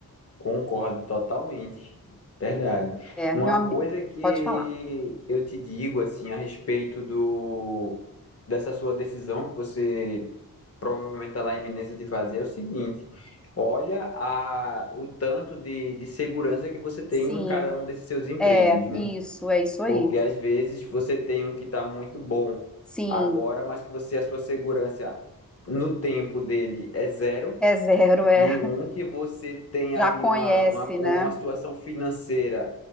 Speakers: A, on the left (about 40°); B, in the centre.
A: Concordo totalmente. Verdade.
B: É,
A: Uma
B: meu amigo,
A: coisa que
B: pode falar.
A: eu te digo assim a respeito do dessa sua decisão que você provavelmente está na iminência de fazer é o seguinte: olha a, o tanto de, de segurança que você tem
B: Sim,
A: em cada um desses seus empregos,
B: é
A: né?
B: isso, é isso aí.
A: Porque às vezes você tem um que está muito bom
B: Sim,
A: agora, mas que você a sua segurança no tempo dele é zero
B: é zero, é.
A: e um que você tem
B: Já
A: ali
B: conhece,
A: uma, uma, con-
B: né?
A: uma situação financeira